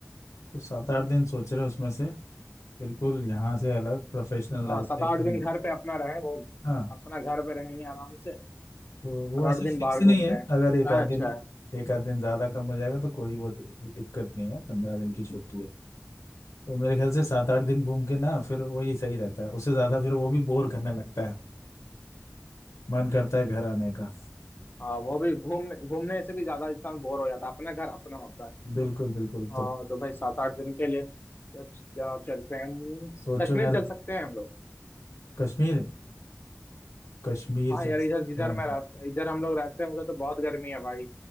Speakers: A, on the left (about 85°); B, on the left (about 40°).
A: तो सात आठ दिन सोच रहे हैं उसमें से बिल्कुल यहाँ से अलग प्रोफेशनल
B: हाँ
A: लाइफ
B: सात
A: से
B: आठ
A: एकदम
B: दिन घर पे अपना रहे वो
A: हाँ
B: अपना घर पे रहेंगे आराम से
A: तो वो
B: और आठ
A: ऐसे
B: दिन
A: फिक्स
B: बाहर
A: नहीं
B: घूमते
A: है
B: हैं
A: अगर
B: ये
A: एक
B: प्लान
A: आध दिन
B: अच्छा है
A: एक आध दिन ज्यादा कम हो जाएगा तो कोई वो दि- दिक्कत नहीं है पंद्रह दिन की छुट्टी है तो मेरे ख्याल से सात आठ दिन घूम के ना फिर वही सही रहता है उससे ज्यादा फिर वो भी बोर करने लगता है मन करता है घर आने का
B: हाँ वो भी घूमने घूमने से भी ज्यादा इंसान बोर हो जाता है अपना घर अपना होता है
A: बिल्कुल बिल्कुल
B: हाँ
A: तो
B: तो भाई सात आठ दिन के लिए क्या क्या चलते हैं
A: सोचो
B: कश्मीर
A: यार
B: चल सकते हैं हम लोग
A: कश्मीर कश्मीर
B: हाँ
A: चल
B: यार
A: सकते
B: इधर जिधर
A: हैं
B: मैं रह इधर हम लोग रहते हैं उधर तो बहुत गर्मी है भाई